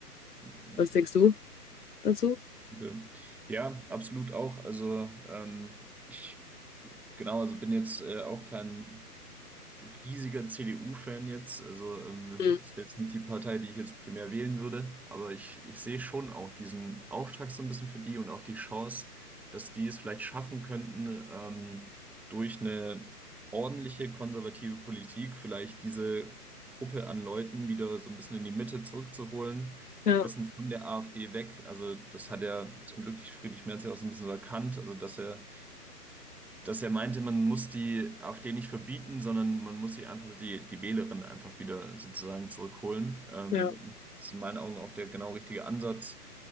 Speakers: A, in the centre; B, on the left.
A: ja.
B: Was denkst du dazu?
A: Ja, Ja, absolut auch. Also ähm, ich genau, also bin jetzt äh, auch kein riesiger CDU-Fan jetzt. Also ähm,
B: Mhm.
A: es wäre jetzt nicht die Partei, die ich jetzt primär wählen würde, aber ich, ich sehe schon auch diesen Auftrag so ein bisschen für die und auch die Chance, dass die es vielleicht schaffen könnten, ähm, durch eine ordentliche konservative Politik vielleicht diese Gruppe an Leuten wieder so ein bisschen in die Mitte zurückzuholen.
B: Ja,
A: Bisschen von der AfD weg. Also, das hat ja zum Glück Friedrich Merz ja auch so ein bisschen so erkannt. Also, dass er dass er meinte, man muss die AfD nicht verbieten, sondern man muss sie einfach die, die Wählerin einfach wieder sozusagen zurückholen. Ähm,
B: ja.
A: das ist in meinen Augen auch der genau richtige Ansatz.